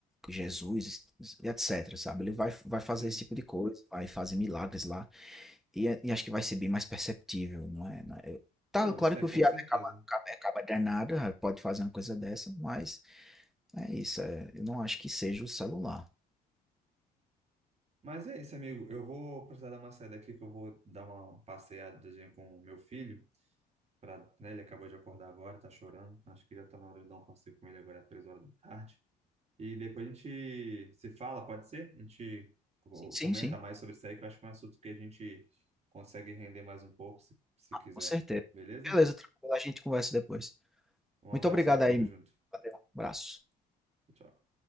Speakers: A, in the centre; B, on the right.
A: Jesus, e etc, sabe? Ele vai, vai fazer
B: sim.
A: esse tipo de coisa, vai fazer milagres lá, e, é, e acho que vai ser bem mais perceptível, não é? Não é- Tá,
B: Não,
A: claro
B: isso é
A: que
B: com
A: o viado
B: certeza.
A: acaba, acaba, acaba danado, ah, pode fazer uma coisa dessa, mas é isso, é, eu não acho que seja o celular.
B: Mas é isso, amigo. Eu vou precisar dar uma saída aqui, que eu vou dar uma passeadazinha com o meu filho. Pra, né, ele acabou de acordar agora, tá chorando. Acho que já tá na hora de dar um passeio com ele agora, às três horas da tarde. E depois a gente se fala, pode ser? A gente co-
A: Sim, sim,
B: comenta
A: sim.
B: mais sobre isso aí, que eu acho que é um assunto que a gente consegue render mais um pouco, se, se quiser.
A: Com certeza.
B: Beleza?
A: Beleza, tranquilo, a gente conversa depois.
B: Um
A: Muito
B: abraço,
A: obrigado
B: amigo.
A: aí.
B: Tamo junto.
A: Valeu, abraço.
B: Tchau.